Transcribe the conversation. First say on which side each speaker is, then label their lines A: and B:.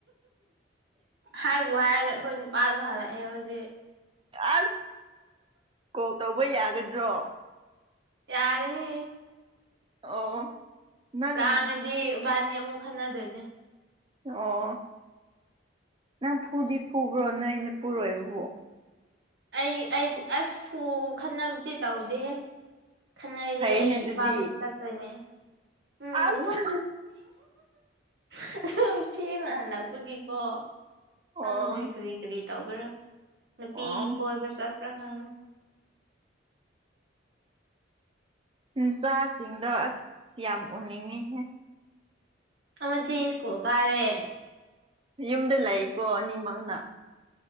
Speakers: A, on the right (about 55°); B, on the right (about 30°).
A: ꯍꯥꯏꯕꯨ ꯍꯥꯏꯔꯒ ꯑꯩꯈꯣꯏ ꯅꯨꯄꯥꯗꯣ ꯍꯜꯂꯛꯑꯦ ꯍꯧꯖꯤꯛ
B: ꯑꯁ ꯀꯣꯜ ꯇꯧꯕ ꯌꯥꯒꯗ꯭ꯔꯣ
A: ꯌꯥꯒꯅꯤ
B: ꯑꯣ ꯅꯪ
A: ꯂꯥꯡꯉꯗꯤ ꯕꯥꯅꯤ ꯑꯃꯨꯛ ꯈꯟꯅꯗꯣꯏꯅꯦ
B: ꯑꯣ ꯅꯪ ꯐꯨꯗꯤ ꯐꯨꯕ꯭ꯔꯣ ꯅꯣꯏ ꯅꯄꯨꯔꯣꯏꯕꯕꯨ
A: ꯑꯩ ꯑꯩ ꯑꯁ ꯐꯨ ꯈꯟꯅꯕꯗꯤ ꯇꯧꯗꯦꯍꯦ ꯈꯟꯅꯔꯗꯤ
B: ꯐꯩꯅꯦ
A: ꯑꯩ
B: ꯑꯗꯨꯗꯤ
A: ꯏꯄꯥꯝꯗ ꯆꯠꯇꯣꯏꯅꯦ ꯎꯝ
B: ꯑꯁ
A: ꯗꯨꯝ <unintelligible> ꯊꯦꯡꯅ ꯍꯜꯂꯛꯄꯒꯤꯀꯣ
B: ꯑꯣ
A: ꯈꯪꯗ꯭ꯔꯦ ꯀꯔꯤ ꯀꯔꯤ ꯇꯧꯒꯦꯔꯥ ꯅꯨꯄꯤ
B: ꯑꯣ
A: ꯀꯣꯏꯕ ꯆꯄ꯭ꯔ ꯈꯪ
B: ꯏꯆꯥꯁꯤꯡꯗꯣ ꯑꯁ ꯌꯥꯝ ꯎꯅꯤꯡꯉꯤꯍꯦ
A: ꯑꯃꯗꯤ ꯁ꯭ꯀꯨꯜ ꯀꯥꯔꯦ
B: ꯌꯨꯝꯗ ꯂꯩꯀꯣ ꯑꯅꯤꯃꯛꯅ